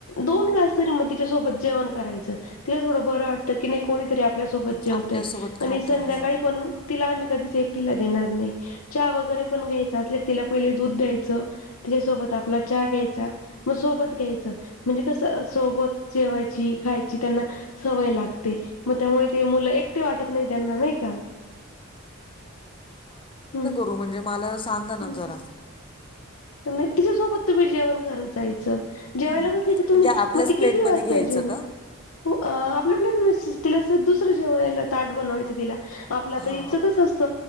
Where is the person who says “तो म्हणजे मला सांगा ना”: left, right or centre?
Left